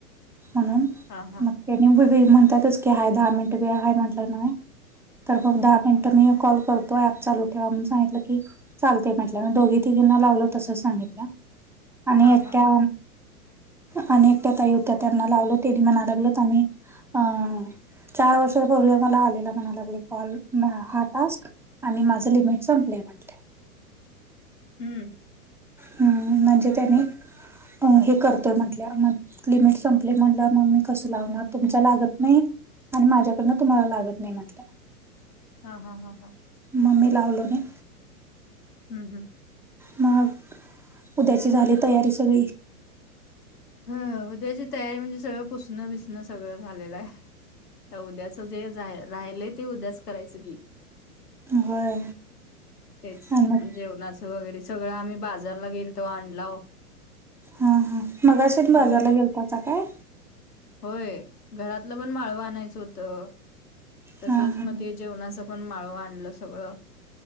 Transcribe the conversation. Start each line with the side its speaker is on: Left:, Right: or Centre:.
Centre: म्हणून
Left: हा हा
Centre: ते निंबूी म्हणतातच की हय दहा मिनिट बेय म्हट न तर मग दहा मिनिट तर मी कॉल करतो ऍप चालू ठेवाणून सांगितलं की चालते म्हटलं मी दोघी तिघींना लावलो तस सांगितलं आणि
Left: हां,
Centre: एकट्या
Left: हां.
Centre: अनेकट्या तई होत्या त्यांना लावलो त्यांनी म्हणालागल तर आम्ही अं चार वर्षापूर्वी मला आलेला म्हणालागले कॉल हार् टास्क आणि माझं लिमिट संपलं आहे वाटलं
Left: हम्म
Centre: हम् म्हणजे त्यानी अ हे करतोय म्हंटल्या मग लिमिट संपले म्हणलं मम ममी कसं लावणार तुमच लागत नाही आणि माझ्याकडनं तुम्हाला लागत नाही म्हटलं
Left: हा हा हा हा
Centre: ममी लावलोने
Left: हम् हम
Centre: मग उद्याची झाली तयारी सगळी
Left: अ उद्याची तयारी म्हणजे सगळं पुसणं बिसणं सगळं झालेलं आहे त्या उद्याच जे राहिलंय ते उद्याच करायचं की
Centre: होय
Left: तेच
Centre: आणि मग
Left: जेवणाच वगैरे सगळं आम्ही बाजारला गेल तो आणला
Centre: हा हा मगाशेत
Left: होय
Centre: बाजारला गेलताचा काय
Left: होय घरातलं पण माळव आणायचं होतं तसंच
Centre: हा हा
Left: मग ते जेवणाचं पण माळव आणलं सगळं